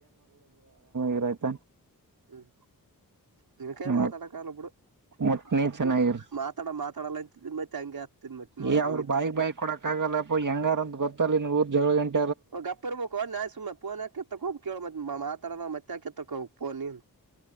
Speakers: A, on the right; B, on the right.
A: ಇರೈತ
B: ಹ್ಮ್ ನಿನ್ನ ಕೈಯಲ್ಲಿ ಮಾತಾಡಕ್ಕಲ್ಲ
A: ಒಟ್ಟ
B: ಬಿಡು
A: ಒಟ್ ನೀ ಚೆನ್ನಾಗಿರು
B: ಹ್ಮ್ ಮಾತಾಡ ಮಾತಾಡಲ್ಲ ಹಂಗೆ ಆಗ್ತಿದ್ ಮತ್ ನೋಡ್
A: ಏ
B: ಹೆಂಗಿದ್ದಿ
A: ಅವ್ರು ಬಾಯಕ್ ಬಾಯಕ್ ಕೊಡಕ್ ಆಗಲ್ಲಪ್ಪ ಹೆಂಗಾರಂತ ಗೊತ್ತಲ್ಲನ್ ಊರ್ ಜಗಳ ಗಂಟ
B: ಓಹೋ ಗಪ್ಪೆಯಿರಬೇಕು ಸುಮ್ನೆ ಸುಮ್ಮ್ನೆ ಪೋನ್ ಯಾಕೆ ಏತೋಕೆ ಹೋಗಬೇಕು ಹೋಗ್ ಕೇಳು ಮತ್ತೆ ಮಾತಾಡಲ್ಲ ಮತ್ತೆ ಯಾಕೆ ಏತೋಕೆ ಹೋಗಬೇಕು ಫೋನ್ ನೀನು